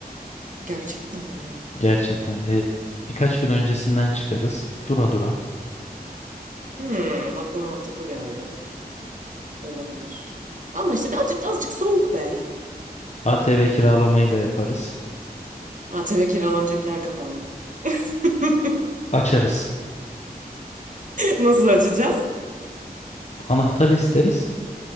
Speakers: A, on the right (about 50°); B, on the left (about 45°).
A: Gerçekten mi ya?
B: Gerçekten. E, birkaç gün öncesinden çıkarız. Dura dura.
A: Hmm, bak bu mantıklı geldi. Olabilir. Ama işte birazcık azıcık soğuk be.
B: ATV kiralamayı da yaparız.
A: ATV kiralanacak yer kapandı. <laughs>
B: Açarız.
A: Nasıl açacağız?
B: Anahtarı isteriz.